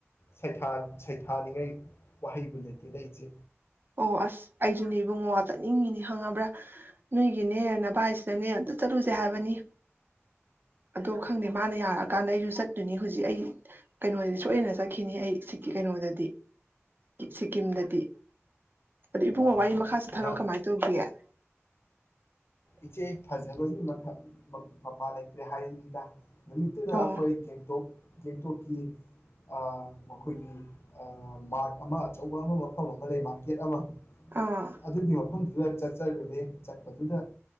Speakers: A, on the left; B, on the right.
A: ꯁꯩꯊꯥ ꯁꯩꯊꯥꯅꯤꯡꯉꯥꯏ ꯋꯥꯍꯩꯕꯨ ꯂꯩꯇꯦꯗ ꯏꯆꯦ
B: ꯑꯣ ꯑꯁ ꯑꯩꯁꯨꯅꯦ ꯏꯕꯨꯡꯉꯣ ꯆꯠꯅꯤꯡꯉꯤꯅꯤ ꯈꯪꯉꯕ꯭ꯔꯥ ꯅꯣꯏꯒꯤꯅꯦ ꯅꯚꯥꯏꯁꯤꯅꯅꯦ ꯑꯝꯇ ꯆꯠꯂꯨꯁꯦ ꯍꯥꯏꯕꯅꯤ ꯑꯗꯣ ꯈꯪꯗꯦ ꯃꯥꯅ ꯌꯥꯔꯛꯑꯀꯥꯟꯗ ꯑꯩꯁꯨ ꯆꯠꯇꯣꯏꯅꯤ ꯍꯧꯖꯤꯛ ꯑꯩ ꯀꯩꯅꯣꯗꯗꯤ ꯁꯣꯏꯗꯅ ꯆꯠꯈꯤꯅꯤ ꯑꯩ ꯁꯤ ꯀꯩꯅꯣꯗꯗꯤ ꯁꯤꯀꯤꯝꯗꯗꯤ ꯑꯗꯨ ꯏꯕꯨꯡꯉꯣ
A: ꯑꯧ
B: ꯋꯥꯔꯤ ꯃꯈꯥ ꯆꯠꯊꯔꯛꯑꯣ
A: ꯅꯅꯥ
B: ꯀꯃꯥꯏꯅ ꯇꯧꯒꯦ <inaudible>
A: ꯏꯆꯦ ꯐꯖꯕꯒꯤ ꯃꯄꯥꯥ ꯂꯩꯇ꯭ꯔꯦ ꯍꯥꯏꯕꯅꯤꯗ ꯅꯨꯃꯤꯠꯇꯨꯗ
B: ꯑꯣ
A: ꯑꯩꯈꯣꯏ ꯒꯦꯡꯇꯣꯛ ꯒꯦꯡꯇꯣꯛꯀꯤ ꯑ ꯃꯈꯣꯏꯒꯤ ꯑ ꯃꯥꯔꯠ ꯑꯃ ꯑꯆꯧꯕ ꯑꯃ ꯃꯐꯝ ꯑꯃ ꯂꯩ ꯃꯥꯔꯀꯦꯠ ꯑꯃ
B: ꯑꯥ
A: ꯑꯗꯨꯒꯤ ꯃꯐꯝ ꯑꯗꯨ ꯆꯠꯆꯔꯨꯔꯅꯦ ꯆꯠꯄꯗꯨꯗ